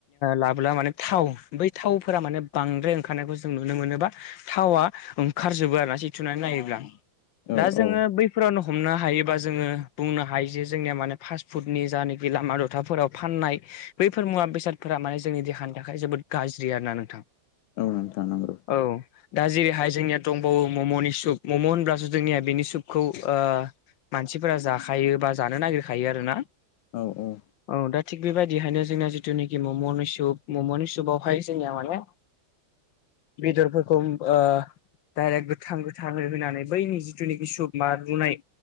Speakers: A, on the left; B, on the left.
A: लाबोब्ला माने थाव बै थावफोरा माने बांद्राय ओंखारनायखौ जों नुनो मोनो बा थावा ओंखारजोबो आरो ना सिथुनानै नायोब्ला।
B: औ
A: दा जोङो
B: औ
A: बै फोरावनो हमनो हायोबा जोङो बुंनो हायो जे जोंनिया माने फास्ट फुडनि जायाखि लामा दथाफोराव फाननाय बैफोर मुवा बेसादफोरा माने जोंनि देहानि थाखाय जोबोद गाज्रि आरोना नोंथां।
B: औ नोंथां नोंगौ।
A: औ। दा जेरैहाय जोंनिया दंबावो मम'नि सुप। मम' होनब्लासो जोंनिया बेनि सुपखौ ओ मानसिफोरा जाखायो बा जानो नागिरखायो आरो ना।
B: औ औ।
A: औ दा थिग बेबायदिहायनो जोंना जिथुनाखि मम'नि सुप म'म'नि सपावहाय जोंनिया माने बेदरफोरखौ ओ डाइरेक्ट गोथां गोथाङै होनानै बैनि जिथुनिखि सुबमा रुनाय